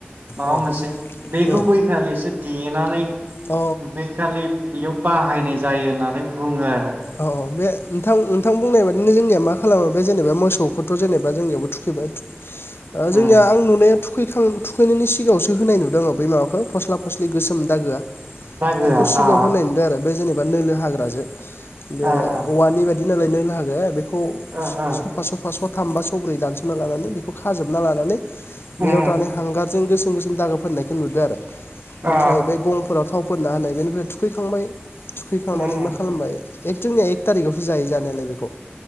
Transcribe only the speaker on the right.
माबा
मोनसे बेखौ
बैखालिसो देनानै
बे खालि बेयाव बाहायनाय जायो होननानै बुंङो आरो
उम
दागोआ
आ
आ आ
ओ ओ
उम
आ
उम उम